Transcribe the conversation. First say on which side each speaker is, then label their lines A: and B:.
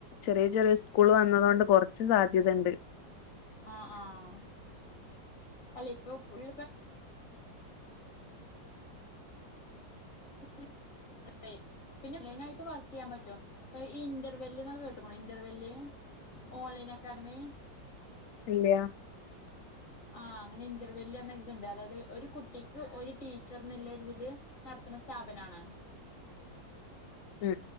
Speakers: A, on the left; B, on the left.
A: ചെറിയ ചെറിയ സ്കൂള് വന്നതോണ്ട് കൊർച്ച് സാധ്യതണ്ട്.
B: ആഹ് ആഹ് അല്ല ഇപ്പ ഫുൾ. <unintelligible> പിന്നെ മെയിനായിട്ട് വർക്ക് ചെയ്യാൻ പറ്റും പ്പൊ ഈ ഇന്റർവെല്ല് ന്നൊക്കെ കേ ട്ട്ക്ക്ണോ? ഇന്റർ വെല്ല് ഓൺലൈൻ അക്കാഡമി
A: ഇല്ല്യാ
B: ആഹ് അങ്ങനെ ഇന്റർവെല്ല് പർഞ്ഞ ഒരു ഇതുണ്ട്. അതായത് ഒരു കുട്ടിക്ക് ഒരു ടീച്ചർന്നുള്ള ഒരുതില് നടത്ത്ണ സ്ഥാപനാണ്
A: ഉം